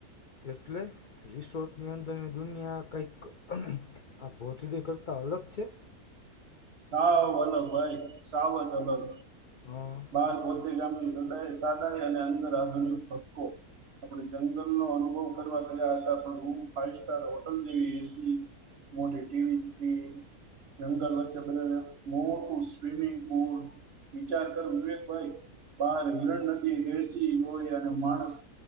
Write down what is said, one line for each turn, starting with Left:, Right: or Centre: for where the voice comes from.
Left: એટલે? રિસોર્ટની અંદરની દુનિયા કંઈક આ ભોજડે કરતાં અલગ છે?
Right: સાવ અલગ ભાઈ સાવ જ અલગ
Left: હં
Right: બાર ગોદ રે ગામની સાદાઈ અને અંદર આધુનિક હક્કો. આપણે જંગલનો અનુભવ કરવા ગયા હતાં પણ રૂમ ફાઈવ સ્ટાર હોટલ જેવી એસી મોટી ટીવી સ્ક્રીન, જંગલ વચ્ચે અને મોટું સ્વિમિંગ પૂલ. વિચાર કર વિવેકભાઈ બહાર હિરણ નદી વેહતી હોય અને માણસ